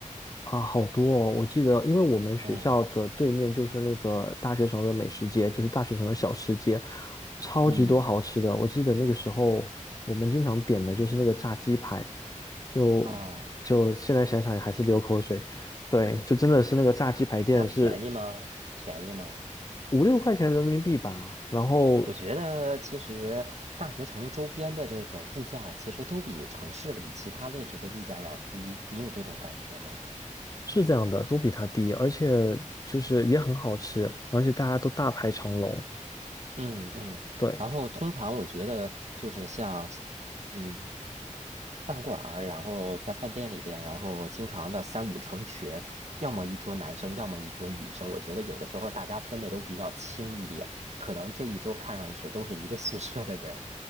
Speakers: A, on the left; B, on the right.
A: 啊，好多哦！我记得，因为我们学校的对面就是那个大学城的美食街，
B: 嗯
A: 就是大学城的小吃街，超级多好吃的。
B: 嗯，
A: 我记得那个时候，我们经常点的就是那个炸鸡排，就就现在想想还是流口水。
B: 哦，
A: 对，就真的是那个炸鸡排店是
B: 它便宜吗？便宜吗？
A: 五六块钱人民币吧，然后
B: 我觉得其实大学城周边的这个物价，其实都比城市里其他位置的物价要低。你有这种感觉吗？
A: 是这样的，都比它低，而且就是也很好吃，而且大家都大排长龙。
B: 嗯嗯。
A: 对，
B: 然后通常我觉得就是像，嗯，饭馆儿，然后在饭店里边，然后经常的三五成群，要么一桌男生，要么一桌女生。我觉得有的时候大家分的都比较轻一点，可能这一桌看上去都是一个宿舍的人。